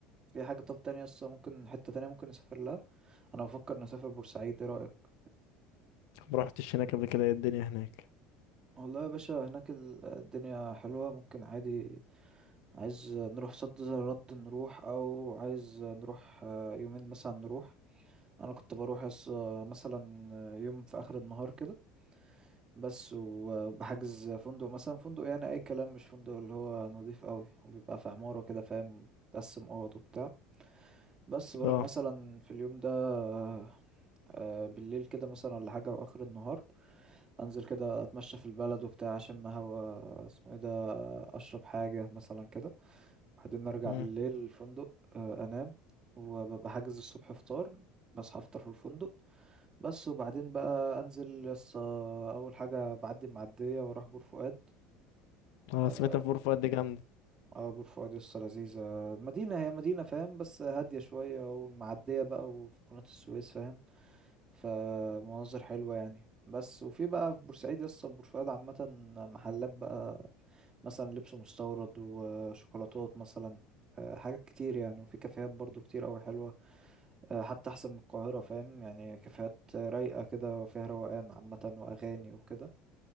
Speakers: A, on the right (about 25°); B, on the left (about 75°).
A: في حاجة طب تانية يس ممكن حتة تانية ممكن نسافر لها انا بفكر نسافر بورسعيد ايه رايك
B: ما رحتش هناك قبل كده ايه الدنيا هناك
A: والله يا باشا هناك ال- الدنيا حلوه ممكن عادي عايز نروح صد زي الرد نروح او عايز نروح آه، يومين مثلا نروح انا كنت بروح يس- آه، مثلا آه، يوم في اخر النهار كده بس وبحجز فندق مثلا فندق يعني اي كلام مش فندق اللي هو نظيف قوي وبيبقى في عماره كده فاهم تقسم اوض وبتاع بس بروح
B: اه
A: مثلا في اليوم ده آه، آه، بالليل كده مثلا ولا حاجه واخر النهار انزل كده اتمشى في البلد وبتاع اشم هوا اسمه ايه ده اشرب حاجه مثلا كده بعدين ارجع
B: مم.
A: بالليل الفندق آه، انام وببقى حاجز الصبح فطار بصحى افطر في الفندق بس وبعدين بقى انزل يس اول حاجه بعدي المعديه واروح بور فؤاد
B: انا
A: اه
B: سمعت في بور فؤاد دي جامدة
A: آه، بور فؤاد يس لذيذه مدينه هي مدينه فاهم بس هاديه شويه والمعديه بقى وفي قناه السويس فاهم فمناظر حلوة يعني بس وفي بقى في بورسعيد لسه بورسعيد عامة محلات بقى مثلا لبس مستورد وشوكولاتات مثلا آه، حاجات كتير يعني وفي كافيهات برضو كتير أوي حلوة آه، حتى أحسن من القاهرة فاهم يعني كافيهات رايقة كده وفيها روقان عامة وأغاني وكده